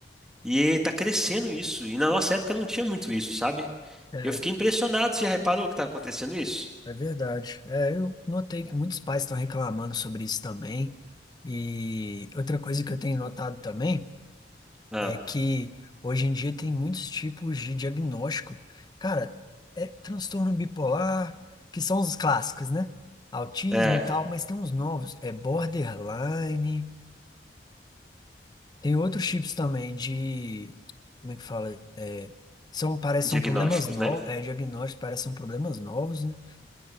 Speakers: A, in the centre; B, on the left.
A: e tá crescendo isso. E na nossa época não tinha muito isso, sabe?
B: É,
A: Eu fiquei impressionado, você já reparou que tá acontecendo isso?
B: é verdade. É, eu notei que muitos pais estão reclamando sobre isso também. E outra coisa que eu tenho notado também
A: Ah,
B: é que hoje em dia tem muitos tipos de diagnóstico. Cara, é transtorno bipolar, que são os clássicos, né? Autismo
A: é,
B: e tal, mas tem uns novos. É borderline. Tem outros chips também de. Como é que fala? É, são, parece, que
A: diagnósticos,
B: são problemas novos.
A: né?
B: É, diagnósticos parecem são problemas novos, né?